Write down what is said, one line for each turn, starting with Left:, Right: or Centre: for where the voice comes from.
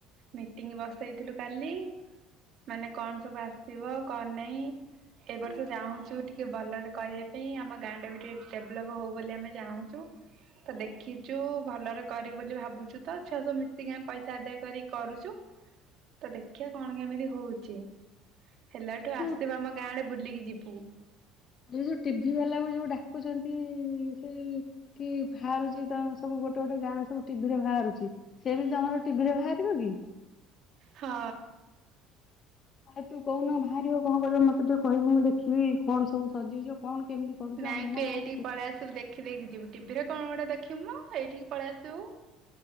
Right: ମିଟିଂ ବସେଇଥିଲୁ କାଲି। ମାନେ କଣ ସବୁ ଆସିବ କଣ ନାଇଁ। ଏ ବର୍ଷ ଚାହୁଁଛୁ ଟିକେ ଭଲରେ କରିବା ପାଇଁ। ଆମ ଗାଁ ଟା ବି ଟିକେ ଡେଭଲପ ହଉ ବୋଲି ଆମେ ଚାହୁଁଛୁ। ତ ଦେଖିଛୁ ଭଲରେ କରି ବୋଲି ଭାବୁଛୁ। ତ ଛୁଆ ସବୁ ମିଶିକି ଆମେ ପଇସା ଆଦାୟ କରି କରୁଛୁ। ତ ଦେଖିବା କଣ କେମିତି ହଉଛି। ତି ହେଲାଠୁ
Left: ଏ ଯୋଉ
Right: ଆସିବୁ ଆମ ଗାଁ ଆଡ଼େ ବୁଲିକି ଯିବୁ।
Left: ଏ ଯୋଉ ଟିଭି ବାଲାକୁ ଯୋଉ ଡାକୁଛନ୍ତି? ସେ କି ବାହାରୁଛି ସବୁ ଗୋଟେ ଗୋଟେ ଗାଁ ସବୁ ଟିଭିରେ ବାହାରୁଛି? ସେମିତି ତମର ଟିଭିରେ ବାହାରିବ କି?
Right: ହଁ।
Left: ଆରେ ତୁ କହୁନୁ ବାହାରିବ କଣ କରିବ? ମତେ ଟିକେ କହିବୁ ମୁଁ ଦେଖିବି। କଣ ସବୁ ସଜେଇଛ କଣ କେମିତି କରୁଛ
Right: ନାଇଁ
Left: ଆମ
Right: ତୁ ଏଇଠିକି
Left: ଗାଁ
Right: ପଳେଇ ଆ ସବୁ ଦେଖିଦେଇ କି ଯିବୁ ଟିଭିରେ କଣ ଗୋଟେ ଦେଖି ନାଇଁ ମ ଏଇଠିକି ପଳେଇ ଆସିବୁ।